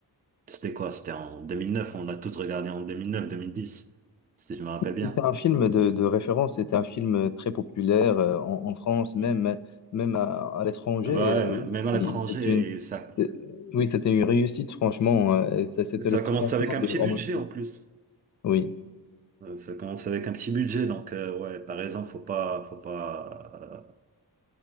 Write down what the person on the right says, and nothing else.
c'était quoi? C'était en 2009, on l'a tous regardé en 2009-2010, si je me rappelle bien.
Ah bah
ouais,
m- même
à l'étranger,
et ça,
ça
commence avec un
petit
budget en plus.
Euh, Ça commence avec un petit budget, donc euh, ouais, t'as raison, faut pas, faut pas, euh,